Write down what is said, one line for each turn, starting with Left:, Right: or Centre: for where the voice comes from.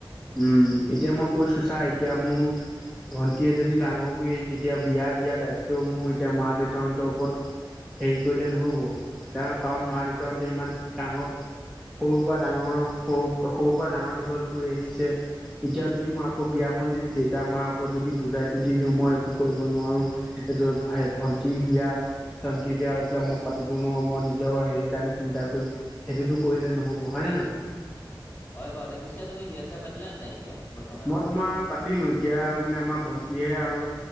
Centre: উম, এতিয়া মই কৈছো ছা এতিয়া মোৰ ভন্টি এজনী ডাঙৰ হৈ আহিছে এতিয়া বিয়া দিয়া দায়িত্বও মোৰ, এতিয়া মা দেউতাহঁতৰ ওপৰত দেৰি কৰিলে নহ'ব, তাৰ কাৰণ
Left: উম
Centre: মা দেউতাহতে ইমান ডাঙৰ, সৰুৰ পৰা ডাঙৰ সৰু -সৰুৰ পৰা ডাঙৰ দীঘল কৰি আহিছে। এতিয়া যদি
Left: উম
Centre: মই আকৌ বিয়া খন যদি দেউতা মাৰ ওপৰত যদি বুজাইটো দি দিওঁ মই একো কৰিব নোৱাৰো, এইটো ভন্টি বি এতিয়া ভন্তি বিয়া এইবিলাক মই পাতিব নোৱাৰো মই নিজৰ হেৰি কাৰণে চিন্তা কৰিম এইটোতো কৰিলে নহ'ব। হয় নে নহয়? <inaudible>
Left: হয় বাৰু দে। পিছে তুমি বিয়া চিয়া পাতিলা নাই এতিয়া? বৰ্তমান
Centre: মই তোমাৰ পাতিলো, এতিয়া মানে আমাৰ ভন্টিহে আৰু